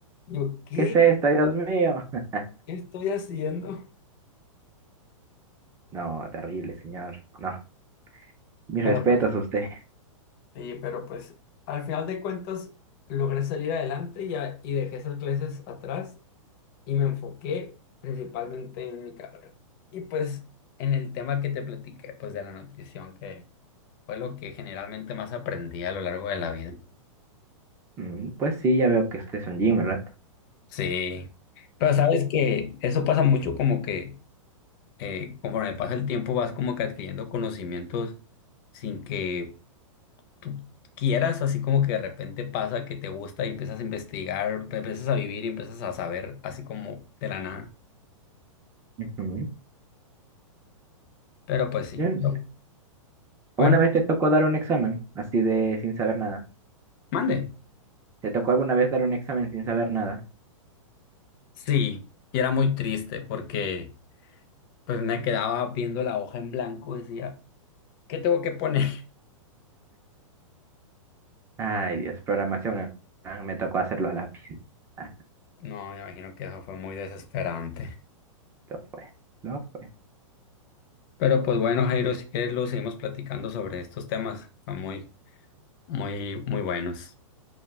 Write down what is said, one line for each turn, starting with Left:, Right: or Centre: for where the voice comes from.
Left: <laughs> Yo, ¿qué?
Right: ¿Qué es esto, Dios mío? <laughs>
Left: ¿Qué estoy haciendo?
Right: No, terrible, señor. No, mis
Left: Pero
Right: respetos
Left: pues,
Right: a usted.
Left: sí, pero pues, al final de cuentas, logré salir adelante y, a- y dejé esas clases atrás y me enfoqué principalmente en mi carrera. Y pues, en el tema que te platiqué, pues de la nutrición, que fue lo que generalmente más aprendí a lo largo de la vida.
Right: Mm, pues sí, ya veo que usted es un gym, ¿verdad?
Left: Sí, pero sabes que eso pasa mucho como que eh, conforme pasa el tiempo vas como que adquiriendo conocimientos sin que tú quieras, así como que de repente pasa que te gusta y empiezas a investigar, empiezas a vivir y empiezas a saber así como de la nada.
Right: Ujú.
Left: Pero pues sí,
Right: Yes.
Left: lo- bueno,
Right: ¿Alguna vez te tocó dar un examen así de sin saber nada?
Left: mande.
Right: ¿Te tocó alguna vez dar un examen sin saber nada?
Left: Sí, y era muy triste porque pues me quedaba viendo la hoja en blanco decía, ¿qué tengo que poner? <laughs>
Right: Ay, Dios, programación. eh, ah, Me tocó hacerlo a lápiz. Ah,
Left: No, me imagino que eso fue muy desesperante.
Right: lo fue, lo fue.
Left: Pero pues bueno, Jairo, si quieres lo seguimos platicando sobre estos temas. Son muy, muy, muy buenos.